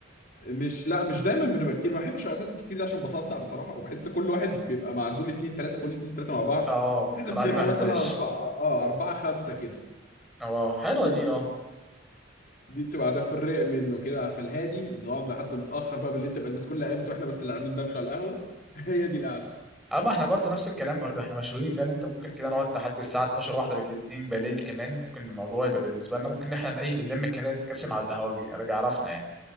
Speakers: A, on the left; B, in the centre.
A: مش لا مش دايما بنبقى كتير ما بحبش القعدات الكتير دي عشان بصدع بصراحه وبحس كل واحد بيبقى معزول اتنين تلاته كل اتنين تلاته مع بعض
B: اه
A: احنا
B: صراحه
A: بنبقى
B: دي ما بحبهاش
A: مثلا اربعه اه اربعه خمسه كده
B: اه حلوه دي اه
A: دي بتبقى قعدات في الرايق منه كده في الهادي ونقعد لحد متاخر بقى بالليل تبقى الناس كلها قامت واحنا بس اللي عاملين دوشه على القهوه <laughs> هي دي القعده
B: اما احنا برضه نفس الكلام برضه احنا مشهورين فاهم انت ممكن كده نقعد لحد الساعه 12 واحده بالليل 2 بالليل كمان ممكن الموضوع يبقى بالنسبه لنا ممكن إن احنا نقيب بنلم الكراسي على القهوجي ارجع عرفنا يعني